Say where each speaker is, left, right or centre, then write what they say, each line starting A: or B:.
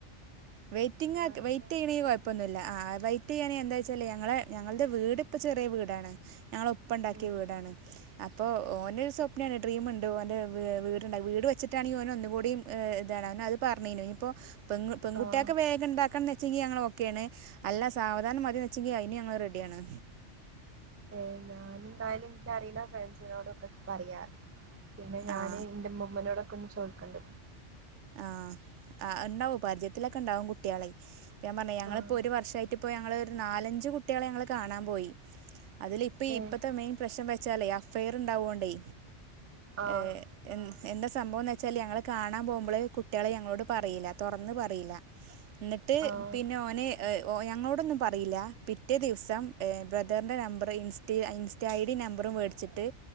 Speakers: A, on the right; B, on the right.
A: വെറ്റിങ്ങൊക്കെ
B: ആ, ഞാനെന്താണ്
A: വയിറ്റ് ചെയ്യണെ കൊയപ്പൊന്നുല്ല, ആ വെയിറ്റ് ചെയ്യാനെ എന്താ വെച്ചല് ഞങ്ങളെ ഞങ്ങളുടെ വീട്പ്പ ചെറിയ വീടാണ്, ഞങ്ങള ഉപ്പ ഇണ്ടാക്കിയ
B: ഏ,
A: വീടാണ്, അപ്പോ ഓന് ഒരു സ്വപ്നാണ് ഡ്രീം ഇണ്ട് ഓന്റെ വീ വീട് ഇണ്ടാ വീട് വെച്ചിട്ടാണെങ്കി ഓന് ഒന്നുകൂടി് ഏ ഇതാണ് അവന് അത് പറഞ്ഞനു ഇനിയിപ്പോ പെങ്‌ പെൺകുട്
B: ആ
A: ട്ടയ്ക്ക് വേഗം ഇണ്ടാക്കന്നെ ച്ചെയ്യ ഞങ്ങള് ഓക്കെയാണ്, അല്ല സാവധാനം മതി വെച്ചെങ്കി അയിന് ഞങ്ങൾ റെഡിയാണ്.
B: ഏ ഞാനെന്തായാലും എനിക്കറിയണ ഫ്രണ്ട്സിനോടൊക്കെ പറയാം. പിന്നെ ഞാന്
A: ആ
B: ന്റെ മുമ്മനോടോ ഒന്ന് ചോയ്ക്കണ്ട്
A: ആ ആ ഇണ്ടാവും പരിചയത്തിലൊക്കെ ഇണ്ടാവും കുട്ടികള്, ഞാൻ പറഞ്ഞ ഞങ്ങളിപ്പോ
B: ആഹ്
A: ഒരു വർഷായിട്ട് ഇപ്പോ ഞങ്ങള് ഒരു നാലഞ്ച് കുട്ടികളെ ഞങ്ങള് കാണാൻ പോയി, അതില് ഇപ്പ
B: ഏഹ്
A: ഇപ്പത്തെ മെയിൻ പ്രശ്നം വെച്ചാലേ അഫയർ ഇണ്ടാവോണ്ടേ
B: ആഹ്
A: ഏ എ എന്താ സംഭവം എന്ന് വെച്ചാല് ഞങ്ങള് കാണാൻ പോവ് മ്പള് കുട്ടികള് ഞങ്ങളോട് പറയില്ല തൊറന്ന് പറയില്ല. എന്നിട്ട്
B: ആഹ്
A: പിന്നെ ഓന് ഓ ഞങ്ങളോടൊന്നും പറയില്ല, പിറ്റേ ദിവസം ഏ ബ്രദറിൻ്റെ number insta insta I D നമ്പറും മേടിച്ചിട്ട്